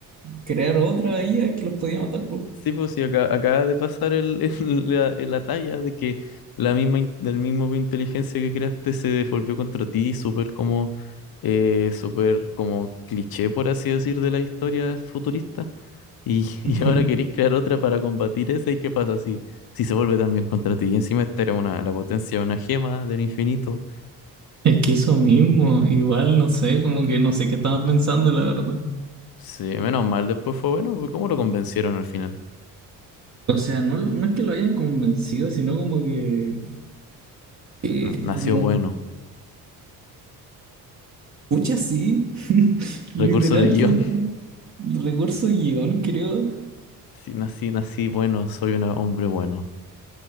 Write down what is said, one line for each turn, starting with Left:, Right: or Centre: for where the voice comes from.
Right: crear otra IA que los podía matar, po.
Left: Sí, pues sí, acá, acaba de pasar el, <laughs> el- la, la talla de que la misma, in- del mismo inteligencia que creaste se devolvió contra ti, súper como, eh, súper como cliché, por así decir, de la historia futurista. Y, <laughs> y
Right: Ujú.
Left: ahora queréis crear otra para combatir esa, ¿y qué pasa si, si se vuelve también contra ti? Y encima esta era una, la potencia de una gema del infinito.
Right: Es que eso mismo, igual no sé, como que no sé qué estaba pensando, la verdad.
Left: Sí, menos mal, después fue bueno, porque ¿cómo lo convencieron al final?
Right: O sea, no, no es que lo hayan convencido, sino como que, eh,
Left: Na- Nació
Right: como,
Left: bueno.
Right: pucha, sí, <laughs> literal
Left: Recurso de guión.
Right: fue como
Left: <laughs>
Right: recurso guión, creo.
Left: Sí, nací, nací bueno, soy un hombre bueno.